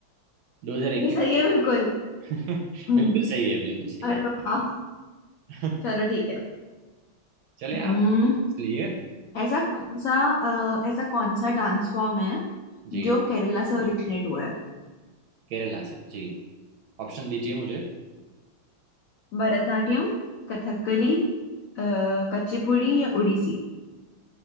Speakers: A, on the right; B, on the left.
A: 2021
B: ये सही है बिल्कुल
A: <laughs>
B: हम्म
A: बिल्कुल सही है बिल्कुल सही
B: अरे वाह
A: है
B: चलो ठीक है
A: चलिए
B: हम्म,
A: आप इसलिए
B: ऐसा कौन सा अ, ऐसा कौन सा डांस फॉर्म है
A: जी
B: जो केरला से ओरिजिनेट हुआ है
A: केरला से जी ऑप्शन दीजिए मुझे
B: भरतनाट्यम कथकली अ, कुचिपुड़ी या उड़ीसी